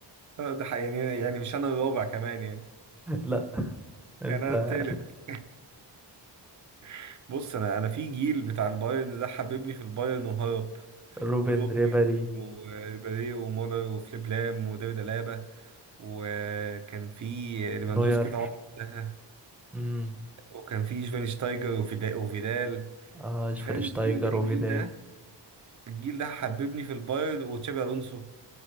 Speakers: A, on the right (about 45°); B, in the centre.
A: أنا ده حق- يعني يعني مش انا الرابع كمان يعني
B: <laughs> لا انت
A: يعني انا التالت <laughs> بص انا انا في جيل بتاع البايرن ده حببني في البايرن وهرب
B: روبن
A: روبن
B: ريبري
A: وريبيري ومولر وفليب لام وديفيد الابا وكان في ليفاندوسكي
B: نوير
A: طبعا وقتها،
B: امم
A: وكان في شفاينشتايجر وفيدا وفيدال
B: آه شفرشتايجر
A: فاهم الجيل ده الجيل
B: وفيدال
A: ده الجيل ده حببني في البايرن وتشابي الونسو